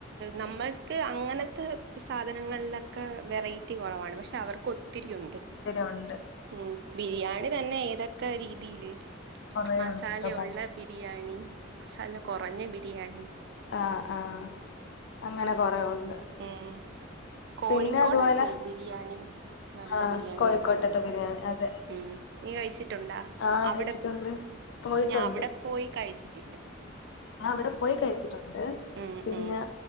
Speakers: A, on the right; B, on the left.
A: നമ്മൾക്ക് അങ്ങനെത്തെ സാധനങ്ങൾലൊക്കെ വെറൈറ്റി കൊറവാണ് പക്ഷെ അവർക്കൊത്തി ത്തിരിയുണ്ട്.
B: ഞ ഒണ്ട്
A: ഉം ബിരിയാണി തന്നെ ഏതൊക്കെ രീതിയില്
B: കൊറേ
A: മസാല
B: ഉണ്ടല്ലോ പ
A: ഉള്ള ബിരിയാണി മസാല കൊറഞ്ഞ ബിരിയാണി.
B: ആഹ് ആഹ് അങ്ങനെ കൊറേ ഉണ്ട്.
A: ഉം കോഴിക്കോടല്ലേ
B: പിന്നെ അതുപോലെ
A: ബിരിയാണി. നല്ല
B: ആഹ്
A: ബിരിയാണി
B: കോഴിക്കോട്ടത്തെ
A: കിട്ടുന്ന
B: ബിരിയാണി അതെ.
A: ഉം നീ കഴിച്ചിട്ടുണ്ടാ
B: ആഹ്
A: അവടെ
B: കഴിച്ചിട്ടുണ്ട് പോയിട്ടുണ്ട്
A: ഞാ അവടെ പോയി കഴിച്ചിട്ടില്ല.
B: ഞാ അവടെ പോയി കഴിച്ചിട്ടുണ്ട്
A: ഉം
B: പിന്നെ
A: ഉം